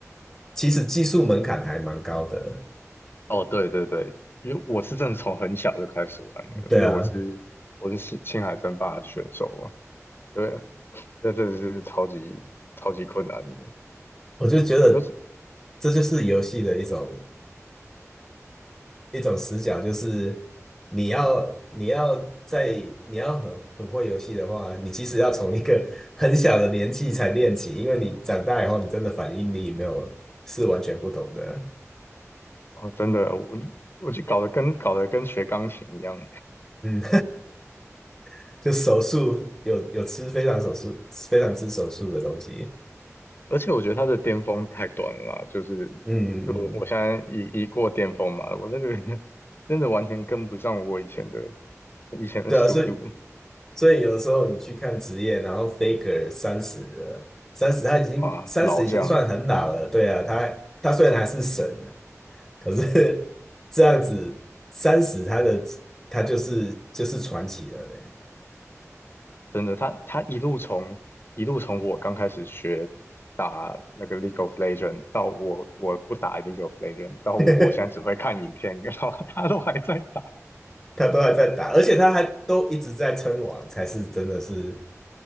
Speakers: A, in the centre; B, on the left.
A: 其实技术门槛还蛮高的。
B: 哦，对对对，因为我是真的从很小就开始玩了，
A: 对啊，
B: 因为我是我是青青海争霸的选手嘛，对，那真的是超级超级困难的，
A: 我就觉得
B: 有
A: 这就是游戏的一种一种死角，就是你要你要在你要很很会游戏的话，你其实要从一个 <laughs> 很小的年纪才练起，因为你长大以后，你真的反应力没有是完全不同的。
B: 哦真的我就我就搞得跟搞得跟学钢琴一样，
A: 嗯，<laughs> 就手速有有吃非常手速非常吃手速的东西。
B: 而且我觉得他的巅峰太短了啦就是我我现在一一过巅峰嘛，
A: 嗯嗯，嗯
B: 我那个 <laughs> 真的完全跟不上我以前的以前的速度
A: 对啊，所以所以有的时候你去看职业，然后 Faker 三十了，三十他已经三十已经算很老了，
B: 啊，老将
A: 对啊，他他虽然还是神啊，可是这样子，三十他的他就是就是传奇了嘞，
B: 真的他他一路从一路从我刚开始学打那个 League of Legend 到我我不打 League of Legend 到我我现在只会看影片，
A: <laughs>
B: 然后他都还在打，
A: 他都还在打，而且他还都一直在称王，才是真的是